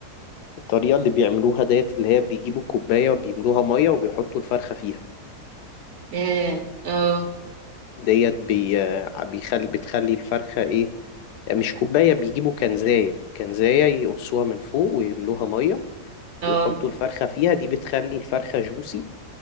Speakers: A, on the left; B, on the right.
A: الطريقة اللي بيعملوها ديت اللي هي بيجيبوا كوباية وبيملوها مية وبيحطوا الفرخة فيها
B: اه اه
A: ديت بي بيخلي بتخلي الفرخة ايه مش كوباية بيجيبوا كنزاية كنزاية يقصوها من فوق ويملوها مية
B: اه
A: ويحطوا الفرخة فيها دي بتخلي الفرخة جوسي